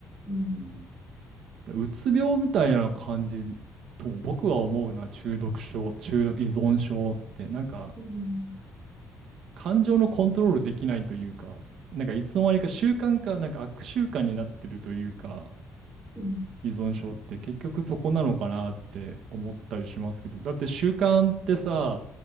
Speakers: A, in the centre; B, on the right.
A: う
B: うつ病みたいな感じとも僕は思うな、中毒症、中毒依存症って。なんか、
A: ん、
B: 感情のコントロールできないというか、なんかいつの間にか習慣か、なんか悪習慣になってるというか、
A: うん、
B: 依存症って結局そこなのかなって思ったりしますけど、だって習慣ってさ、